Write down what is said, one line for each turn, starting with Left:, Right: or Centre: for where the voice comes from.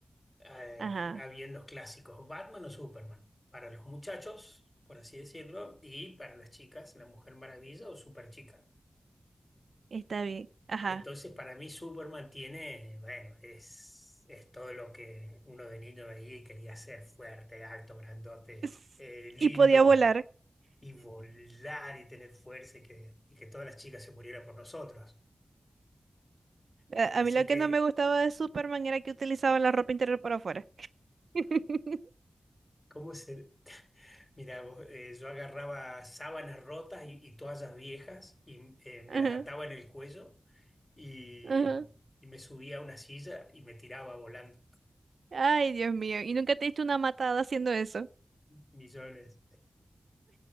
Left: eh,
Right: Ajá,
Left: habían los clásicos, Batman o Superman, para los muchachos, por así decirlo, y para las chicas, la Mujer Maravilla o Superchica.
Right: está bien. Ajá.
Left: Entonces, para mí Superman tiene, bueno, es, es todo lo que uno de niño veía y quería ser fuerte, alto, grandote,
Right: <laughs>
Left: eh, lindo
Right: Y podía volar.
Left: y volar y tener fuerza y que, y que todas las chicas se murieran por nosotros. Eh,
Right: A
Left: Así
Right: a mí lo
Left: que,
Right: que no me gustaba de Superman era que utilizaba la ropa interior por afuera. <laughs>
Left: ¿cómo se...? Mira, vos, eh, yo agarraba sábanas rotas y, y toallas viejas y eh, me
Right: Ajá,
Left: las ataba en el cuello y,
Right: ajá.
Left: y me subía a una silla y me tiraba volando
Right: Ay, Dios mío. ¿Y nunca te diste una matada haciendo eso?
Left: millones.